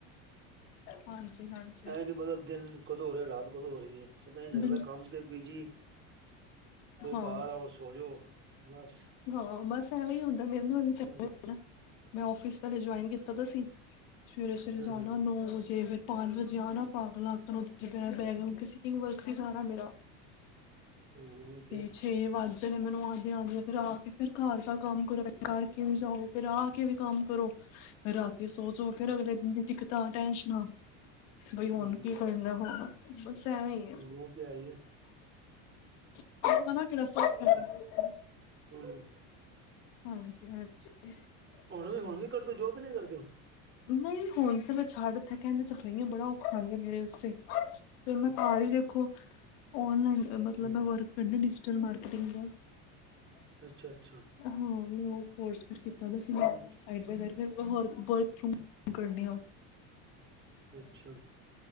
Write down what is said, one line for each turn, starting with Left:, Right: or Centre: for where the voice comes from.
Left: ਹਾਂਜੀ ਹਾਂ।
Right: ਐਂ ਨੀ ਪਤਾ ਦਿਨ ਕਦੋਂ ਹੋ ਰਿਹਾ ਰਾਤ ਕਦੋਂ ਹੋ ਰਹੀ ਹੈ ਪਤਾ ਇ ਲੱਗਦਾ
Left: ਬਿਲ
Right: ਕੰਮ ਤੇ ਬਿਜੀ। ਘਰ
Left: ਹਾਂ
Right: ਆਓ ਸੋਜੋ ਬਸ।
Left: ਹਾਂ ਬਸ ਐਵੇਂ ਹੀ ਹੁੰਦਾ, ਮੇਰੇ
Right: ਹੂੰ
Left: ਮੈਂ ਫਿਸ ਪਹਿਲੇ ਜੁਆਇਨ ਕੀਤਾ ਤਾਂ ਸੀ। ਸਵੇਰੇ -ਸਵੇਰੇ,
Right: ਹੂੰ
Left: ਜਾਣਾ
Right: ਹੂੰ
Left: ਨੌ ਵਜੇ ਫਿਰ। ਪੰਜ ਵਜੇ ਆ ਨਾ ਪਾਗਲਾ ਬਉ ਸਟਿੰਗ ਵਰਕ ਸੀ ਸਾਰਾ ਮੇਰਾ
Right: ਹੂੰ ਉਹੀ
Left: ਤੇ ਛੇ ਵੱਜ ਨੇ ਮੈਨੂੰ ਆਉਂਦੀਆਂ- ਆਉਂਦੀਆਂ ਫਿਰ ਆ ਕੇ। ਫੇਰ ਘਰ ਦਾ ਕੰਮ ਕਰੋ ਕਰਕੇ ਵੀ ਜਾਓ ਫੇਰ ਆ ਕੇ ਵੀ ਕੰਮ ਕਰੋ। ਰਾਤੀ ਸੋ ਜੋਂ ਫੇਰ ਅਗਲੇ ਦਿਨ ਦੀ ਦਿੱਕਤਾਂ ਟੈਨਸ਼ਨਾਂ। ਬਈ ਹੁਣ
Right: ਹੂੰ ਹੂੰ
Left: ਕੀ ਕਰਨਾ ਹੋ ਬਸ ਐਵੇਂ ਹੀ ਹੈ।
Right: ਮੂੰਹ ਤੇ ਆਈਏ
Left: <unintelligible> ਨਾ ਕਿਹੜਾ ਸੌਖਾ
Right: ਹੋਰ
Left: ਹੈ
Right: ਹਮ।
Left: ਹਾਂਜੀ ਹਾਂਜੀ।
Right: ਹੁਣ ਵੀ ਹੁਣ ਵੀ ਕਰਦੀ ਜੋਬ ਕੇ ਨਹੀਂ ਕਰਦੇ।
Left: ਨਹੀਂ ਹੁਣ ਤਾਂ ਮੈਂ ਛੱਡ ਉਥੇ ਕਹਿੰਦੀ ਤਾ ਪਈ ਹਾ ਬੜਾ ਔਖਾ ਜਾ ਮੇਰੇ ਵਾਸਤੇ ਫਿਰ
Right: ਹੁਣ
Left: ਮੈਂ
Right: ਅੱਛਾ
Left: ਘਰ
Right: ਅੱਛਾ
Left: ਹੀ ਦੇਖੋ ਔਨਲਾਈਨ ਮਤਲਬ
Right: ਹੂੰ
Left: ਮੈਂ ਵਰਕ ਡਿਜੀਟਲ ਮਾਰਕੀਟ ਦਾ।
Right: ਅੱਛਾ-ਅੱਛਾ।
Left: ਹਾਂ ਮੈਂ ਉਹ ਕੋਰਸ ਫਿਰ ਕੀਤਾ ਸੀ
Right: ਹਮ
Left: ਸਾਈਡ ਬਾਏ ਫਿਰ ਮੈਂ ਹੋਰ ਵਰਕ ਫਰੂਮ ਕਰਨ
Right: ਅੱਛਾ।